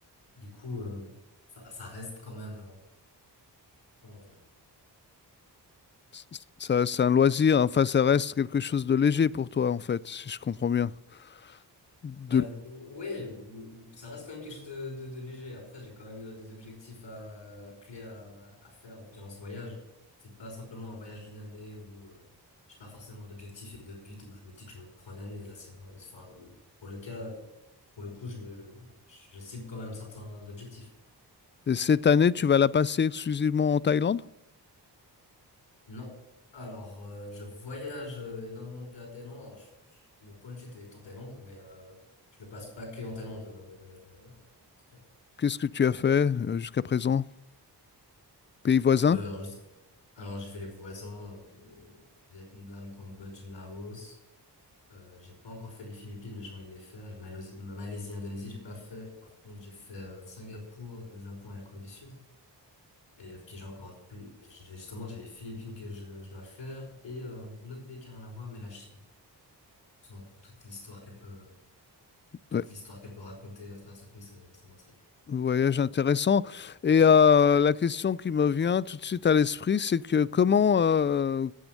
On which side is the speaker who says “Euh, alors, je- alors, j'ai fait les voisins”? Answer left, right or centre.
Left